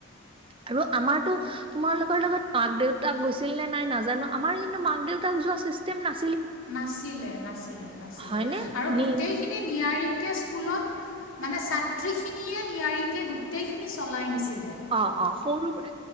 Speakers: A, on the right; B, on the left.
A: আৰু আমাৰতো তোমাৰ লগোকৰ লগত মাক দেউতাক গৈছিল নে নাই নাজানো, আমাৰ কিন্তু মাক দেউতাক যোৱা চিষ্টেম না।
B: নাছিলে নাছিলে নাছিলে
A: হয়নে
B: আৰু গোটেইখিনি
A: নি
B: নিয়াৰিক। এতিয়া স্কুলত মানে ছাত্ৰী খিনিয়ে নিয়াৰিকে গোটেই খিনি চলাই নিছিল।
A: অ অ সৰু